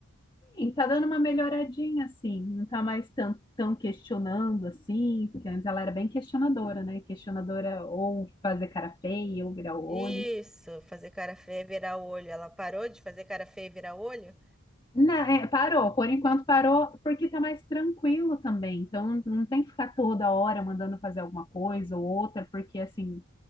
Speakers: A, on the left; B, in the centre.
A: Sim, tá dando uma melhoradinha, assim. Não tá mais tão, tão questionando, assim. Porque antes ela era bem questionadora, né? Questionadora ou fazer cara feia, ou virar o
B: Isso,
A: olho.
B: fazer cara feia e virar o olho. Ela parou de fazer cara feia e virar o olho?
A: Não, é, parou, por enquanto parou, porque tá mais tranquilo também. Então não, não tem que ficar toda hora mandando fazer alguma coisa ou outra, porque assim,